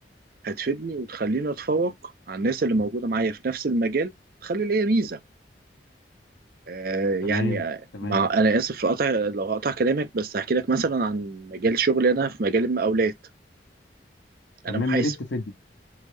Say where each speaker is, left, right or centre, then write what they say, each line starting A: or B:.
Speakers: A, on the right; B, on the left.
A: هتفيدني وتخليني اتفوق على الناس اللي موجوده معايا في نفس المجال تخلي ليا ميزه آه يعني
B: تمام
A: آه،
B: تمام
A: مع انا اسف في قطع لو هقطع كلامك بس هحكي لك مثلا عن مجال شغلي انا في مجال المقاولات
B: تمام
A: انا محاسب
B: يا ريت تفيدني